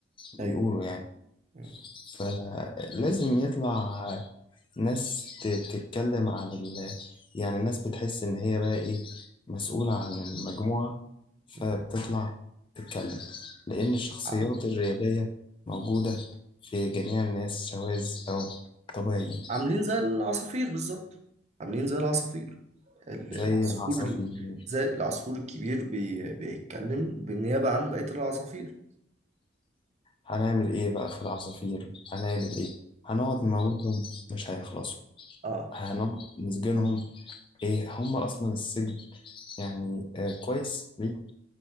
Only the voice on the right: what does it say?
ايوه
م-
م.
عم-
عاملين زي العصافير بالظبط عاملين زي العصافير ال-
العصفور
ال- زي العصفور الكبير بي... بيتكلم بالنيابة عن بقية العصافير
اه